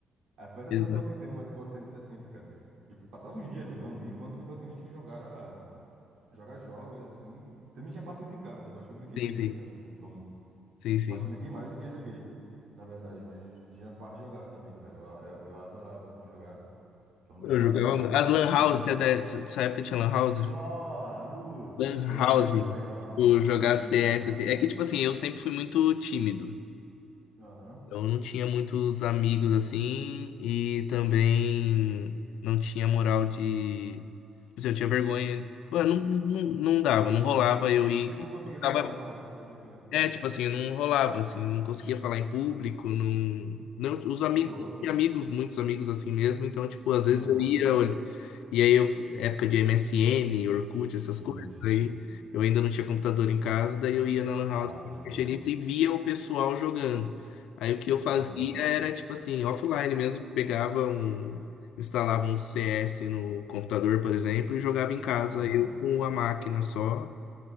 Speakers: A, on the right; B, on the left.
A: Aí foi essa
B: Exato.
A: sensação assim, ter um Xbox 360, cara. E eu passava uns dias jogando. Minha infância foi basicamente jogar, jogar jogos assim. Também tinha a parte de brincar, sabe? Eu acho que eu brinquei
B: Sim,
A: também
B: sim.
A: bastante. Então,
B: Sim, sim.
A: eu acho que eu brinquei mais do que eu joguei, na verdade. Mas tinha a parte de jogar também, cara. Eu, eu, eu adorava assim jogar. Quando meus
B: Eu
A: pais
B: jogava.
A: iam sair pra
B: As
A: algum
B: Lan
A: canto.
B: House, você deve- dessa época tinha Lan House?
A: Nossa, Lusa.
B: Lan
A: Pior
B: House,
A: que eu cheguei
B: mano.
A: a pegar Lan
B: Tipo,
A: House.
B: jogar
A: Peguei
B: CS,
A: a chegar Lan House.
B: assim. É que, tipo assim, eu sempre fui muito tímido.
A: Aham.
B: Então, eu não tinha muitos amigos, assim, e também não tinha moral de... Tipo assim, Eu tinha vergonha. Mano, não, não, não dava, não rolava eu ir...
A: Você não conseguia
B: Eu ficava,
A: colar em Lan House, né? Pode crer.
B: é, tipo assim, não rolava, assim, não conseguia falar em público, não, não, os amigos,
A: Ô, louco.
B: não tinha amigos, muitos amigos assim mesmo, então, tipo, às vezes
A: Aham.
B: eu ia, olha, e aí eu, época de MSN, Orkut, essas
A: Sim,
B: coisas,
A: sim.
B: aí eu ainda não tinha computador em casa, daí eu ia na Lan House,
A: Ah, pode crer.
B: mexer nisso e via o pessoal jogando. Aí o que eu fazia
A: Aham.
B: era, tipo assim, offline mesmo, pegava um, instalava um CS no computador, por exemplo, e jogava em casa,
A: Aham.
B: eu com a máquina só,